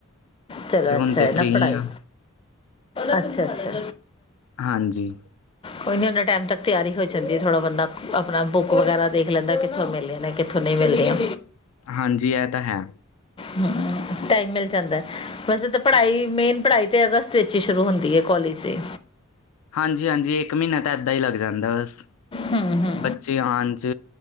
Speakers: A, on the left; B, on the left.
A: ਚਲੋ
B: ਤੇ ਹੁਣ
A: ਅੱਛਾ
B: ਤੇ
A: ਇ ਨਾ
B: ਫ੍ਰਰੀ
A: ਪੜ੍ਹਾਈ
B: ਆ
A: ਅੱਛਾ-ਅੱਛਾ।
B: ਹਾਂਜੀ।
A: ਕੋਈ ਨੀ ਹੋਂਦਾ ਟਾਈਮ ਤੱਕ ਤਿਆਰੀ ਹੋ ਜਾਂਦੀ ਏ, ਥੋੜ੍ਹਾ ਬੰਦਾ ਆਪਣਾ ਬੁੱਕ ਵਗੈਰਾ ਦੇਖ ਲੈਂਦਾ ਕਿੱਥੋਂ ਮਿਲੇ ਨੇ ਕਿੱਥੋਂ ਨਈ ਮਿਲਦੀਆਂ।
B: ਹਾਂਜੀ, ਇ ਤਾਂ ਹੈ।
A: ਹੰ, ਟਾਈਮ ਮਿਲ ਜਾਂਦੈ, ਵੈਸੇ ਤਾਂ ਪੜ੍ਹਾਈ, ਮੇਨ ਪੜ੍ਹਾਈ ਤੇ ਅਗਸਤ ਵਿੱਚ ਹੀ ਸ਼ੁਰੂ ਹੁੰਦੀ ਹੈ ਕੋਲਜ ਦਿ।
B: ਹਾਂਜੀ-ਹਾਂਜੀ, ਇੱਕ ਮੀੱਨਾ ਤਾਂ ਏਦਾਂ ਇ ਲੱਗ ਜਾਂਦਾ ਬਸ।
A: ਹੰ-ਹੰ,
B: ਬੱਚੇ ਆਣ 'ਚ